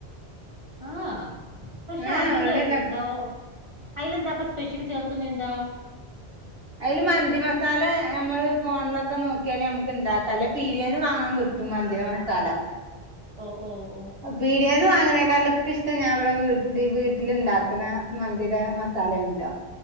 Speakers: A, on the right; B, on the right.
A: ആഹ പക്ഷെ
B: ഏഹ്
A: അതിലെന്താ
B: ഉള്ളി തക്ക
A: അയിലെന്താപ്പൊ സ്പെഷ്യലി ചേർക്കുന്ന എന്താ?
B: അയില് മന്തി മസാല ഏ മ്മള്. ഫോണിലൊക്കെ നോക്കിയാലേ മ്മക്ക് ഇണ്ടാക്കാം അല്ലേ പീരിന്ന് വാങ്ങാൻ കിട്ടും മന്തിര മസാല
A: ഓ ഓ.
B: അ പീടിയേന്ന് വാ അയിനെകാളൊക്കെ ഇഷ്ട്ട ഞാ ഇവടെ വ് <unintelligible> വീട്ടിലിണ്ടാക്ക്ണ മന്തിടെ മസാലേണ് ട്ടൊ.